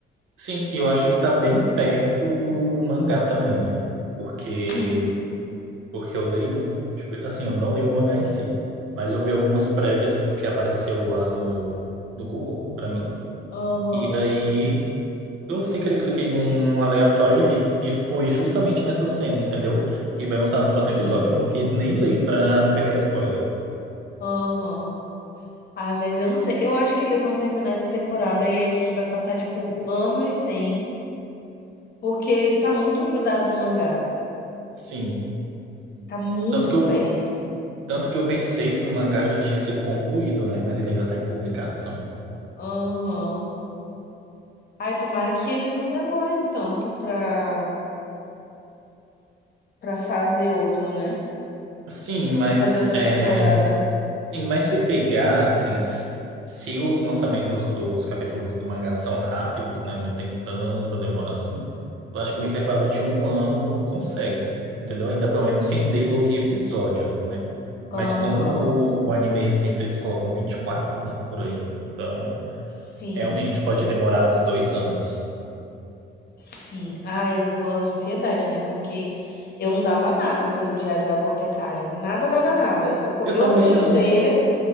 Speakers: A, on the right; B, on the left.
A: Sim, e eu acho que tá bem perto do mangá também, né? Porque
B: Sim.
A: porque eu leio, deixa eu ver, assim, eu não leio o mangá em si, mas eu vi algumas prévias porque apareceu lá no no Google pra mim.
B: Aham.
A: E aí Eu sem querer cliquei num aleatório e vi que foi justamente nessa cena, entendeu? Que vai mostrar no próximo
B: Sim.
A: episódio. Eu não quis nem ler pra não pegar spoiler.
B: Aham. Ai, mas eu não sei. Eu acho que eles vão terminar essa temporada e aí a gente vai passar, tipo, anos sem, porque ele tá muito grudado no mangá.
A: Sim.
B: Tá muito
A: Tanto que eu,
B: perto.
A: tanto que eu pensei que o mangá já tinha sido concluído, né? Mas ele ainda tá em publicação.
B: Aham. Ai, tomara que eles não demorem tanto pra. Pra fazer outro, né?
A: Sim, mas
B: Pra fazer outra
A: é,
B: temporada.
A: Sim, mas se pegar, assim, s- se os lançamentos dos capítulos do mangá são rápidos, né, não tem tanta demora assim, eu acho que o intervalo de um ano consegue, entendeu? Ainda pelo menos render 12 episódios, né? Mas
B: Aham,
A: com o, o anime sempre eles colocam 24 né, por aí. Então,
B: sim,
A: realmente pode demorar uns dois anos.
B: sim. Ai, eu- a ansiedade, né? Porque eu não dava nada pelo Diário da Apotecária. Nada, nada, nada. Eu, co-
A: Eu
B: eu
A: também
B: assisti
A: não.
B: o trailer,